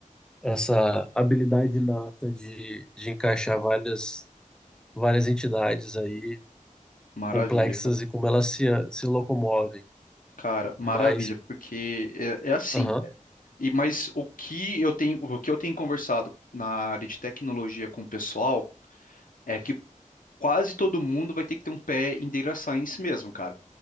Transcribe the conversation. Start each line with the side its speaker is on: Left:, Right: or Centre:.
Centre: essa habilidade inata de, de encaixar várias várias entidades aí
Left: Maravilha,
Centre: complexas
Left: cara.
Centre: e como elas se, se locomovem.
Left: Cara, maravilha,
Centre: Mas,
Left: porque é, é assim.
Centre: aham,
Left: E mas o que eu tenho, o que eu tenho conversado na área de tecnologia com o pessoal é que quase todo mundo vai ter que ter um pé em data science mesmo, cara.